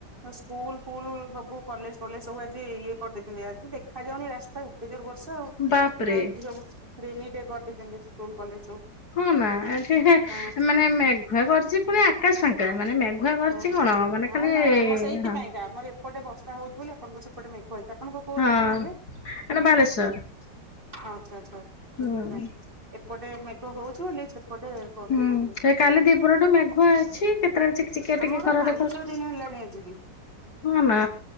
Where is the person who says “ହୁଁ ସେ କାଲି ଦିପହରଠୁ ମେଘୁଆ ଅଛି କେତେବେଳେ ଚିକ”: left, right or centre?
Left